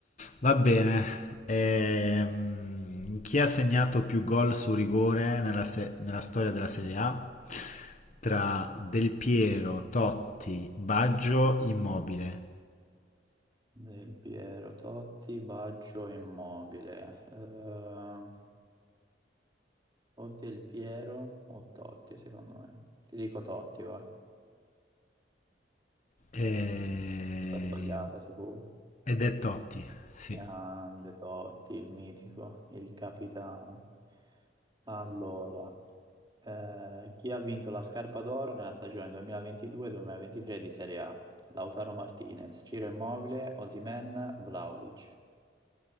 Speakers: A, on the left; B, on the right.
A: Va bene. Ehm, chi ha segnato più gol su rigore nella, se- nella storia della Serie A? Tra Del Piero, Totti, Baggio, Immobile.
B: Del Piero, Totti, Baggio, Immobile. Ehm, o Del Piero o Totti, secondo me. Ti dico Totti, vai.
A: Ehm,
B: Sta sbagliata, sicuro.
A: ed è Totti, sì.
B: Grande Totti, il mitico, il capitano. Allora. Eh, chi ha vinto la scarpa d'oro nella stagione 2022-2023 di Serie A? Lautaro Martinez, Ciro Immobile, Osimhen, Vlahovic.